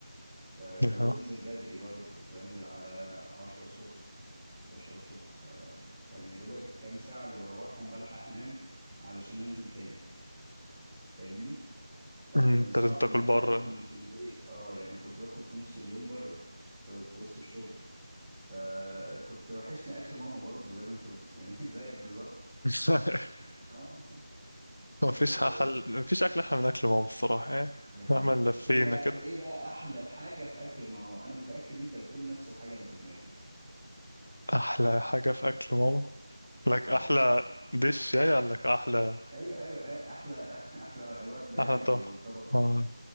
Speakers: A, in the centre; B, on the left (about 80°).
A: ف...
B: يا.
A: وانزل بدري برضه كنت بنزل على عشرة الصبح 11 الصبح فكان يا دوبك كام ساعة اللي بروحهم بلحق أنام علشان أنزل تاني فاهمني فكان
B: مم. انت
A: صعب
B: لازم تاكل
A: إن أنا
B: بره
A: آكل في البيت أه يعني كنت باكل في نص اليوم بره في, في وسط الشغل فكنت وحشني أكل ماما برضو زي ما أنت بت... يعني <laughs> زيك بالظبط
B: <laughs>
A: أه أه
B: مفيش
A: آه،
B: حل مفيش أكل أحلى من أكل ماما الصراحة يعني
A: دي حقيقة
B: مهما لفينا
A: إيه بقى
B: كده
A: إيه بقى أحلى حاجة في أكل ماما أنا متأكد إن أنت هتقول نفس الحاجة اللي في دماغي
B: أحلى حاجة في أكل ماما لك
A: أه
B: أحلى دش يعني قال لك أحلى
A: أيوه أيوه أيوة، أحلى <laughs> أحلى وجبة يعني
B: أحلى طبق
A: أو طبق
B: آه،